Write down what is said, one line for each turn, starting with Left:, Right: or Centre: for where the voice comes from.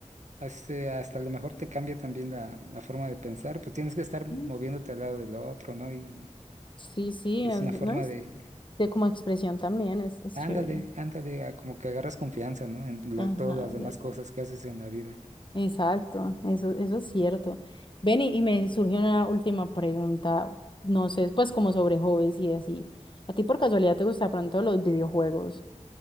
Right: hasta, hasta a lo mejor te cambia también la, la forma de pensar, pues tienes que estar moviéndote
Left: Mm,
Right: al lado del otro, ¿no? Y,
Left: Sí, sí,
Right: y
Left: es-
Right: es una forma
Left: no es
Right: de,
Left: de como expresión también, es, es
Right: ándale,
Left: chévere.
Right: ándale, a como que agarras confianza, ¿no? En
Left: Ajá,
Right: lo- todas las demás
Left: ya
Right: cosas
Left: ta-
Right: que haces en la vida.
Left: exacto, eso, eso es cierto. Ven y, y me surgió una última pregunta, no sé, pues como sobre hobbies y así. ¿A ti por casualidad te gusta pronto los videojuegos?